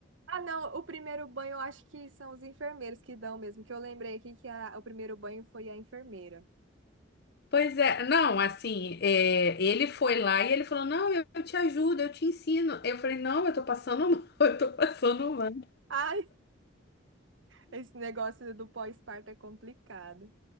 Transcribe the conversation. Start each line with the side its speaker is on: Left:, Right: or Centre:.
Right: Ah, não, o primeiro banho eu acho que são os enfermeiros que dão mesmo, que eu lembrei aqui que a- o primeiro banho foi a enfermeira.
Left: Pois é, não, assim, é, ele foi lá e ele falou, não, eu, eu te ajudo, eu te ensino. Eu falei, não, eu tô passando mal, <laughs> eu tô passando mal.
Right: Ai, esse negócio do pós-parto é complicado.